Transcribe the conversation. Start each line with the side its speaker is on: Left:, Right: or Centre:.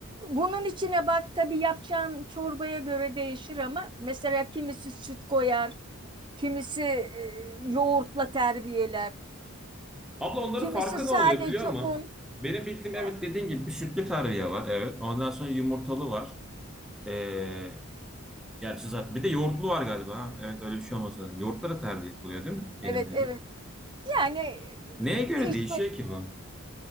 Right: bunun içine bak tabii yapacağın çorbaya göre değişir ama mesela kimisi süt koyar, kimisi e, yoğurtla terbiyeler,
Centre: Abla onların
Right: kimisi
Centre: farkı ne
Right: sadece
Centre: oluyor biliyor musun?
Right: un.
Centre: Benim bildiğim
Right: Ha,
Centre: evet dediğin gibi bir sütlü tarhana var evet. Ondan sonra yumurtalı var. Ee, gerçi zaten bir de yoğurtlu var galiba. Ha? Evet öyle bir şey olmasa. Yoğurtlara tarhana yapılıyor değil mi? Benim
Right: Evet
Centre: bildiğim.
Right: evet yani e,
Centre: Neye göre
Right: işte
Centre: değişiyor ki bu?